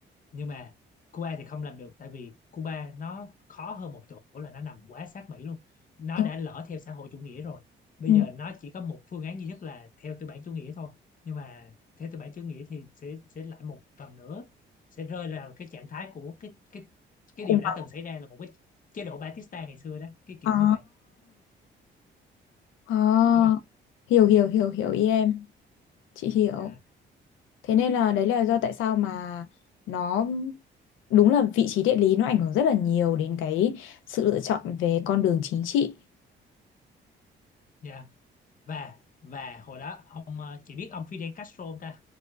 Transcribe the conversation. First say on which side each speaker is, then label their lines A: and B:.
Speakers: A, on the left (about 45°); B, on the left (about 85°).
A: nhưng mà Cuba thì không làm được tại vì Cuba nó khó hơn một chỗ là nó nằm quá sát Mỹ luôn nó
B: đúng
A: đã lỡ theo xã hội chủ nghĩa rồi bây
B: ừ
A: giờ nó chỉ có một phương án duy nhất là theo tư bản chủ nghĩa thôi nhưng mà theo tư bản chủ nghĩa thì sẽ sẽ lại một lần nữa sẽ rơi vào cái trạng thái của cái cái cái
B: khủng
A: điều đã
B: hoảng
A: từng xảy ra là một cái chế độ Batista ngày xưa đó cái kiểu
B: à
A: như vậy
B: ờ
A: đúng không
B: hiểu hiểu hiểu hiểu ý em, chị hiểu.
A: dạ
B: Thế nên là đấy là do tại sao mà nó đúng là vị trí địa lý nó ảnh hưởng rất là nhiều đến cái sự lựa chọn về con đường chính trị.
A: dạ và và hồi đó ông ờ, chị biết ông Fidel Castro không ta